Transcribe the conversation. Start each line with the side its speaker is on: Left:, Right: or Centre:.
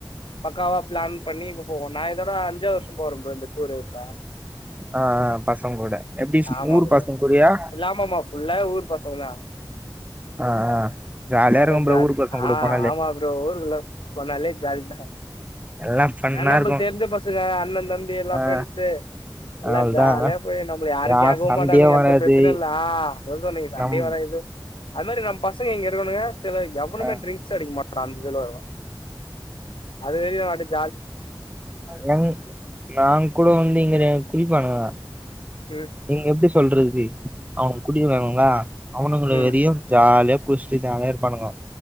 Left: பக்காவா பிளான் பண்ணி இப்ப போவோ நா இதோட அஞ்சாவ்து வர்ஷ போறே ப்ரோ இந்த டூரு இப்ப
Right: ஆ ஆ பசங்க்கூட எப்டி சி
Left: ஆமா
Right: ஊரு
Left: ப்ரோ
Right: பசங்க கூடயா
Left: இல்லாமமா ஃபுல்லா ஊர் பசங்கதா
Right: ஆ ஆ ஜாலியா
Left: அடே
Right: இருக்கு ப்ரோ
Left: ஜாலி
Right: ஊரு பசங்க கூட
Left: ஆ
Right: போன்
Left: ஆமா ப்ரோ ஊருக்குள்ள போனாலே ஜாலி தா
Right: எல்லா ஃபன்னா
Left: ஆ நம்மளுக்கு
Right: இருக்கு
Left: தெரிஞ்ச பசங்க அண்ணந்தம்பி எல்லா
Right: ஆ
Left: ஃப்ரெண்ட்ஸு எல்லா
Right: அவ்ளதா
Left: ஜாலியா போய் நம்மள யாரு
Right: யார்
Left: கேக்கவு
Right: சண்டையே
Left: மாட்டானுங்க
Right: வராது
Left: எந்த பிரச்சனையு இல்ல ஆ சொன்னீங்க தண்டி
Right: நம்
Left: வர இது அது மாரி நம் பசங்க இங்க இருக்கானுக சில எவனுமே
Right: ஆ
Left: ட்ரிங்க்ஸே அடிக்கமாட் ஒரு அஞ்சு கிலோ வரு அது வரையு அடக்
Right: நங் நாங் கூட வந்து இங்க குளிப்பாங்களா
Left: ம்
Right: நீங்க எப்டி சொல்றது அவங்க குடிபாங்ளா அவனுங்கள
Left: ம்
Right: வெரியும் ஜாலியா குட்சுட்டு ஜாலியா இருபானுங்க